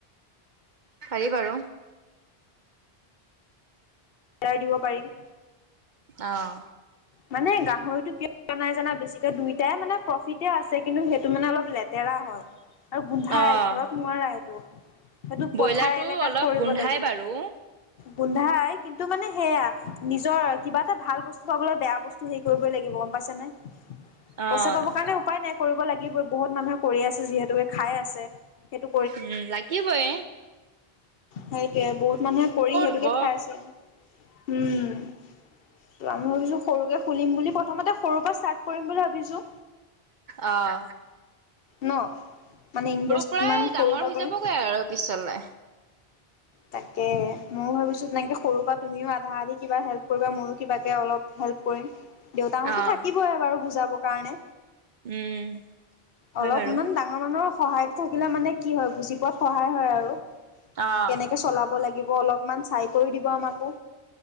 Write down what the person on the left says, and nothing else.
দাৰ দিব পাৰিম।
মানে গাহৰিতটো কিয়োৱা নাই জানা বেছিকে দুইটাই মানে প্ৰফিতে আছে কিন্তু সেইটো মানে অলপ লেতেৰা। হয় আৰু গোন্ধাই
ঘৰত নোৱাৰা সেইটো সেইটো
পথাৰ এলেকাত
কৰিব
লাগিব
গোন্ধাই। কিন্তু মানে সেয়া নিজৰ কিবা এটা ভাল বস্তু পাবলৈ বেয়া বস্তু হেৰি কৰিবই লাগিব গম পাইছ নে?
পইচা পাবৰ কাৰণে উপায় নাই কৰিব লাগিবই বহুত মানুহে কৰি আছে যিহেতুকে খাই আছে। সেইটো
সেইটো এ বহুত মানুহে কৰি সেইটোকে
খাই আছে উম। ত' আমি ভাবিছো সৰুকে খুলিম বুলি প্ৰথমতে সৰু পৰা ষ্টাৰ্ট কৰিম বুলি ভাবিছো।
ন' মানে ইনভেষ্টমেণ্ট
সৰুৰ পৰা
কৰে।
তাকে ময়ো ভাবিছো তেনেকে সৰু পৰা তুমিও আধা আধি কিবা হেল্প কৰিবা ময়ো কিবাকে অলপ হেল্প কৰিম। দেউতাহঁতো
থাকিবে বাৰু বুজাবৰ কাৰণে।
অলপ
ইমান ডাঙৰ মানুহৰ সহায়ত থাকিলে মানে কি হয় বুজি পোৱাত সহায় হয় আৰু
কেনেকে চলাব লাগিব। হব অলপমান চাই কৰি দিব আমাকো